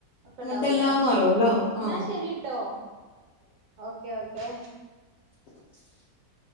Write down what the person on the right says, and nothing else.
ഒക്കെ
ഇണ്ടാവൂല്ലേ
ന്നാ
ശരി ട്ടോ ഓക്കെ ഓക്കെ